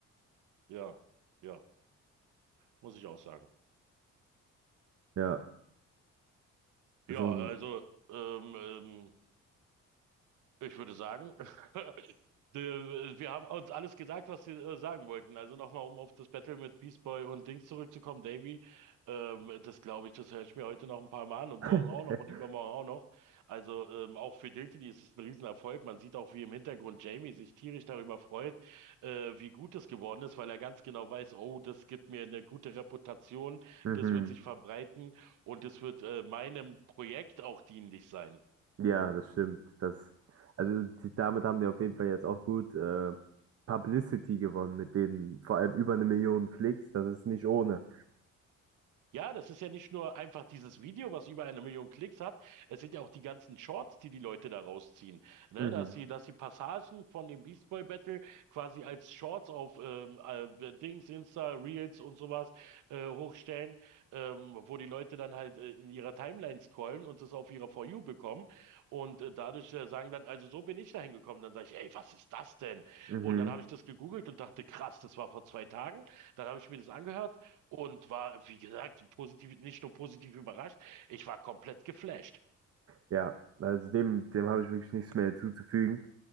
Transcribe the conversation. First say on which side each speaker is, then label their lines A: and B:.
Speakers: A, on the right; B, on the right.
A: Ja, ja. muss ich auch sagen.
B: Ja,
A: Ja,
B: so ein,
A: also ähm, ähm, Ich würde sagen, <laughs> de- wir haben uns alles gesagt, was wir äh, sagen wollten. Also nochmal, um auf das Battle mit Beast Boy und Dings zurückzukommen, Davy, ähm, das glaube ich, das höre ich mir heute noch ein paar Mal an und
B: <laughs>
A: morgen auch noch und übermorgen auch noch. Also ähm, auch für Diltily ist es ein Riesenerfolg. Man sieht auch, wie im Hintergrund Jamie sich tierisch darüber freut, äh, wie gut es geworden ist, weil er ganz genau weiß, oh, das gibt mir eine gute Reputation,
B: mhm.
A: das wird sich verbreiten und das wird äh, meinem Projekt auch dienlich sein.
B: Ja, das stimmt. Das, also, die, damit haben die auf jeden Fall jetzt auch gut, äh, Publicity gewonnen mit denen, vor allem über eine Million Klicks. Das ist nicht ohne.
A: Ja, das ist ja nicht nur einfach dieses Video, was über eine Million Klicks hat. Es sind ja auch die ganzen Shorts, die die Leute da rausziehen. Ne,
B: Mhm.
A: dass sie, dass sie Passagen von dem Beast Boy Battle quasi als Shorts auf ähm, äh, Dings, Insta, Reels und sowas äh, hochstellen, ähm, wo die Leute dann halt äh, in ihrer Timeline scrollen und das auf ihrer For You bekommen. Und äh, dadurch äh, sagen dann, also so bin ich dahin gekommen. Dann sage ich, ey, was ist das denn?
B: Mhm.
A: Und dann habe ich das gegoogelt und dachte, krass, das war vor zwei Tagen. Dann habe ich mir das angehört und war, wie gesagt, positiv, nicht nur positiv überrascht, ich war komplett geflasht.
B: Ja, also dem, dem habe ich wirklich nichts mehr hinzuzufügen.